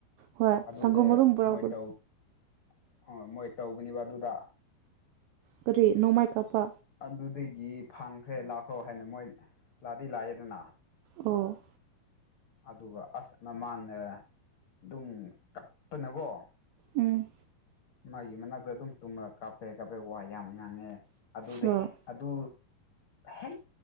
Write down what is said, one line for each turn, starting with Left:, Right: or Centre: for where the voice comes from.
Right: ꯍꯣꯏ
Left: ꯑꯗꯨꯗ
Right: ꯁꯪꯒꯣꯝ ꯑꯗꯨꯝ ꯄꯨꯔꯛꯄꯗꯣ
Left: ꯃꯣꯏ ꯇꯧ ꯍꯣꯏ ꯃꯣꯏ ꯇꯧꯕꯅꯤꯕ ꯑꯗꯨꯗ
Right: ꯀꯔꯤ ꯅꯣꯡꯃꯥꯏ ꯀꯥꯞꯄ
Left: ꯑꯗꯨꯗꯒꯤ ꯐꯪꯈ꯭ꯔꯦ ꯂꯥꯛꯈ꯭ꯔꯣ ꯍꯥꯏꯅ ꯃꯣꯏ ꯂꯥꯛꯗꯤ ꯂꯥꯛꯑꯦꯗꯅ
Right: ꯑꯣ
Left: ꯑꯗꯨꯒ ꯑꯁ ꯃꯃꯥꯟꯅ ꯑꯗꯨꯝ ꯀꯄꯅꯀꯣ
Right: ꯎꯝ
Left: ꯃꯥꯒꯤ ꯃꯅꯥꯛꯇ ꯑꯗꯨꯝ ꯇꯨꯝꯉ ꯀꯥꯞꯄꯦ ꯀꯥꯞꯄꯦ ꯋꯥ ꯌꯥꯝ ꯉꯥꯡꯉꯦ ꯑꯗꯨꯗ
Right: ꯑꯣ
Left: ꯍ‍ꯦꯛ ꯑꯗꯨ ꯍꯦꯛ